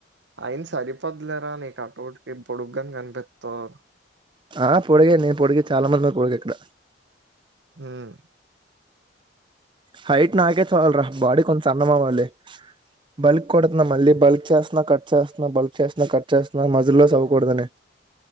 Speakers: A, on the right (about 65°); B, on the right (about 25°).
A: ఆయి సరిపోద్లేరా నీ కటౌటీకి పొడుగ్గా గానే కనిపిత్తావు
B: ఆ పొడుగే నేను పొడుగే చాలా మంది ఉన్నారు పొడుగ ఇక్కడ
A: మ్మ్
B: హైట్ నాకే చాలు రా బాడి కొంచెం అందం అవ్వాలి బల్క్ కొడతున్నా మళ్ళీ బల్క్ చేస్తున్నా కట్ చేస్తున్నా బల్క్ చేస్తున్నా కట్ చేస్తున్నా మజలో సవ కొడదని